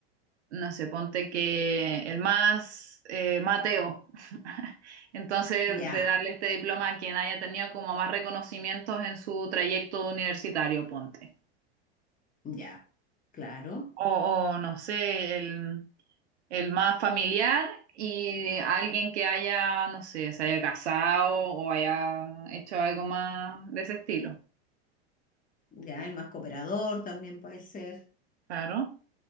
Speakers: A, on the right; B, on the left.
A: no sé, ponte que el más eh, Mateo. <laughs> Entonces,
B: ya,
A: de darle este diploma a quien haya tenido como más reconocimientos en su trayecto universitario, ponte.
B: ya, claro.
A: O, o no sé, el... El más familiar y alguien que haya, no sé, se haya casado o haya hecho algo más de ese estilo.
B: Ya, el más cooperador también puede ser.
A: Claro,